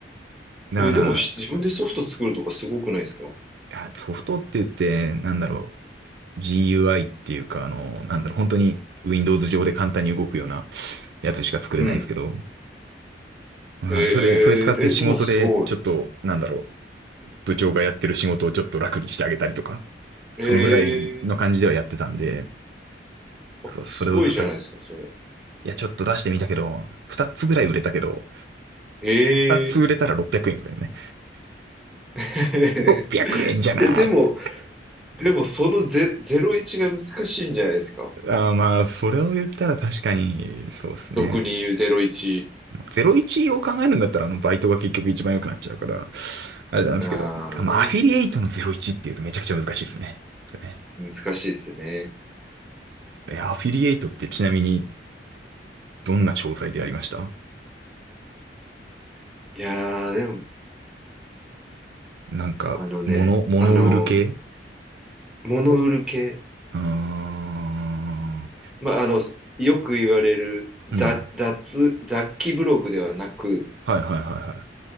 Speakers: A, on the right; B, in the centre.
A: だから、
B: え、でもし自分でソフト作るとかすごくないですか
A: いやソフトって言って、なんだろう、GUI っていうか、あの、なんだろう、本当に Windows 上で簡単に動くようなやつしか作れないんですけど、
B: うん。
A: まあ、
B: え
A: それ、それ使って仕事で、
B: ー、え、でもすごい。
A: ちょっと、なんだろう、部長がやってる仕事をちょっと楽にしてあげたりとか、
B: え
A: そのぐらいの感じではやってたんで、
B: ー、あ、
A: そう、それを使っ、
B: すごいじゃないですか、それ。
A: いや、ちょっと出してみたけど、2つぐらい売れたけど、
B: ええ
A: 2つ売れたら600円ぐらいね。
B: <laughs>
A: 600円じゃなーって。
B: いや、でも、でも、そのゼ、01が難しいんじゃないですか。
A: あーまあ、それを言ったら確かに、そうですね。
B: 俗に言う01。
A: 01を考えるんだったら、あの、バイトが結局一番良くなっちゃうから、あれなんですけど、
B: ああね。
A: あまあ、アフィリエイトの01っていうとめちゃくちゃ難しいですね。ね
B: 難しいですね。
A: いや、アフィリエイトってちなみに、どんな商材でやりました
B: いやー、でも、
A: なんか、
B: あのね、
A: 物、物売る系
B: あの、物売る系。
A: うーん、
B: まあ、あの、よく言われる雑、
A: うん。
B: 雑、雑記ブログではなく、
A: はいはいはいはい。